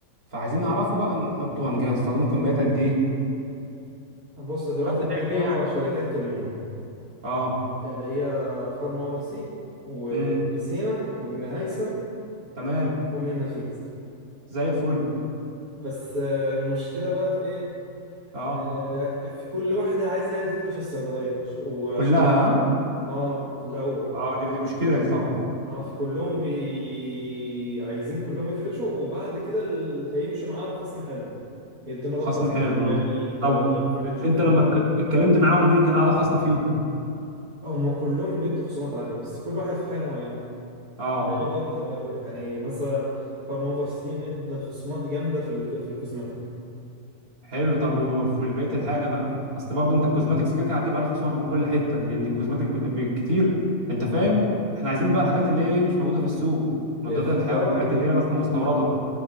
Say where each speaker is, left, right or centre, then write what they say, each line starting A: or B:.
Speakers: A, on the right; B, on the right.
A: فعايزين نعرفه بقى نحطه هنجهز هنستخدمه كميات قد ايه
B: بص دلوقتي
A: انت
B: قدامي
A: شايف ايه
B: أربع
A: يعني
B: شركات كلموني
A: اه
B: اللي هي فارما أوفر سي وابن
A: امم
B: سينا وابن هيثم
A: تمام
B: وابن النفيس
A: زي الفل
B: بس آه، المشكلة بقى في ايه
A: اه
B: آه، في كل واحدة عايزة هي اللي تفرش الصيدلية ش- وعشان
A: كلها ها؟
B: اه في الأول
A: اه دي دي مشكله دي طبعا
B: اه في كلهم بي... عايزين كلهم يفرشوا وبعد كده اللي هيمشوا معانا بخصم حلو هيدونا بقى
A: خصم
B: خصم
A: حلو
B: 40
A: اه
B: 30
A: طب
B: في الرينج ده
A: انت لما اتك- اتكلمت معاهم مين كان اعلى خصم فيهم
B: هما كلهم بيدوا خصومات عالية بس كل واحد في حاجة معينة
A: اه
B: ده الموضوع محيرني يعني مثلا فارما اوفر سي مد خصومات جامدة في الك... في الكوزماتيك
A: حلو طب وفي بقيه الحاجه بقى اصل برضو انت الكوزماتكس كده كده هتجيب عليه خصومات من كل حته لان الكوزماتيك كتير انت فاهم احنا عايزين بقى الحاجات اللي هي إيه مش موجوده في السوق مضادات
B: آه، في الدواء
A: الحيوان الحاجات اللي هي اصلا مستورده